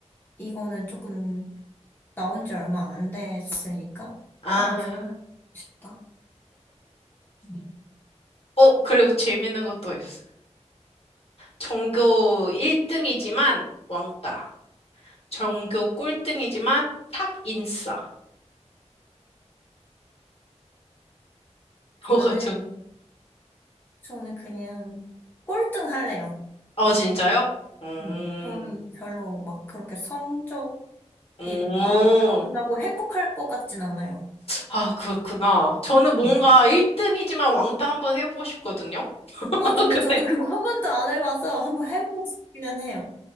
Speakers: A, on the left; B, on the left.
A: 이거는 조금 나온 지 얼마 안 됐으니까
B: 아.
A: 한번 겪고 싶다. 네.
B: 어, 그리고 재밌는 것도 있어요. 전교 1등이지만 왕따. 전교 꼴등이지만 탑 인싸. 뭐가
A: 저는,
B: 좀,
A: 저는 그냥 꼴등 할래요.
B: 어, 진짜요? 음,
A: 음, 저는 별로 막 그렇게 성적
B: 음,
A: 이 많이 나온다고 행복할 것 같진 않아요.
B: 아, 그렇구나. 저는 뭔가
A: 네.
B: 1등이지만 왕따 한번 해보고 싶거든요? <laughs>
A: 아, 근데
B: 근데,
A: 저도 그거 한 번도 안 해봐서 한번 해보고 싶기는 해요.